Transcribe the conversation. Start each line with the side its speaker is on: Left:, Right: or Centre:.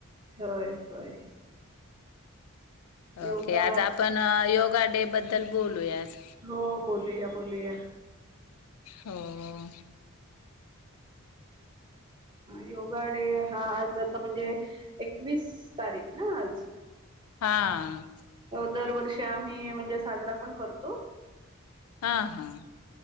Right: होय होय. योगा
Left: ओके. आज आपण योगा डे बद्दल बोलूयात‌.
Right: हो. बोलूया. बोलूया.
Left: हो‌.
Right: योगा डे हा आज ज म्हणजे एकवीस तारीख ना आज.
Left: हां.
Right: दरवर्षी आम्ही म्हणजे साजरा पण करतो.
Left: हां हां.